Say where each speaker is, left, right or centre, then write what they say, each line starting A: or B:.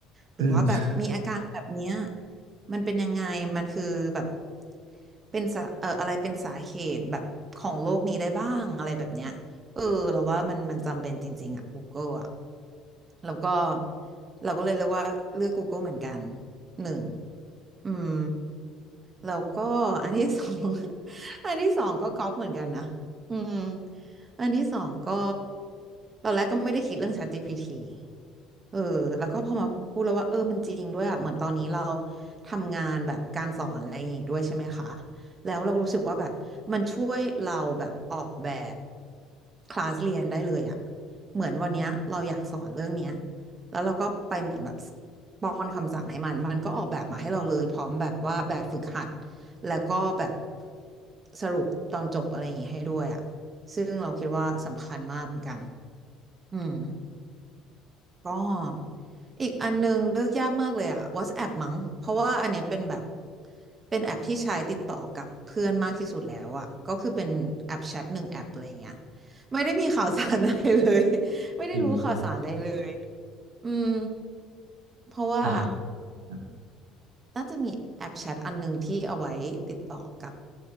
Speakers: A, on the right; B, on the right.
A: หรือว่าแบบมีอาการแบบเนี้ย
B: อืม
A: มันเป็นยังไงมันคือแบบเป็นสาเอ่ออะไรเป็นสาเหตุแบบของโรคนี้ได้บ้างอะไรแบบเนี้ย เออเราว่ามันมันจำเป็นจริงๆอ่ะ Google อ่ะแล้วก็เราก็เลยเลือกว่าเลือก Google เหมือนกันหนึ่งอืม แล้วก็อันที่สอง <laughs> อันที่สองก็ก๊อปเหมือนกันนะอืมอันที่สองก็ตอนแรกก็ไม่ได้คิดเรื่อง ChatGPT เออแล้วก็พอมาพูดแล้วว่าเออมันจริงด้วยอ่ะเหมือนตอนนี้เราทำงานแบบการสอนอะไรอย่างงี้ด้วยใช่ไหมคะแล้วเรารู้สึกว่าแบบมันช่วยเราแบบออกแบบคลาสเรียนได้เลยอ่ะเหมือนวันเนี้ยเราอยากสอนเรื่องเนี้ย แล้วเราก็ไปเหมือนแบบป้อนคำสั่งให้มัน มันก็ออกแบบมาให้เราเลยพร้อมแบบว่าแบบฝึกหัดแล้วก็แบบสรุปตอนจบอะไรอย่างงี้ให้ด้วยอ่ะซึ่งเราคิดว่าสำคัญมากเหมือนกันอืมก็อีกอันนึงเลือกยากมากเลยอ่ะ WhatsApp มั้งเพราะว่าอันเนี้ยเป็นแบบเป็นแอปที่ใช้ติดต่อกับเพื่อนมากที่สุดแล้วอ่ะก็คือเป็นแอปแชทหนึ่งแอปอะไรอย่เงี้ยไม่ได้มีข่าวสารอะไรเลย <laughs> ไม่ได้รู้ข่าวสารอะไรเลย
B: อืม
A: อืมเพราะว่า
B: อ่าครับ
A: น่าจะมีแอปแชทอันหนึ่งที่เอาไว้ติดต่อกับ